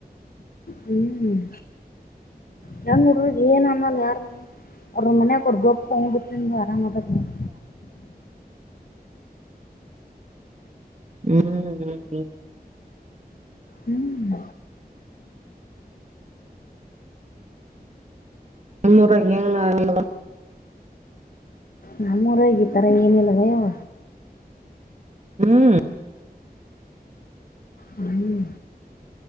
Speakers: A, on the left; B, on the right.
A: ಹ್ಮ್ ಹ್ಮ್ ಹೆಣ್ಣು ಹುಡಗರಿಗೆಏನ್ ಅನ್ನಲ್ಲ ಯಾರ ಅವ್ರ ಮನಯ ಅವ್ರ ಗಪ್ ಹೋಗ್ಬಿಟ್ಟು, ಆರಾಮದಾರ ನೋಡ್
B: ಹ್ಮ್ <unintelligible> ಹ
A: ಹ್ಮ್
B: ನನ್ನೂರ <unintelligible>
A: ನಮ್ಮೂರಗ ಈತರ ಏನಿಲ್ಲವ ಯವ‌
B: ಹ್ಮ್,
A: ಹ್ಮ್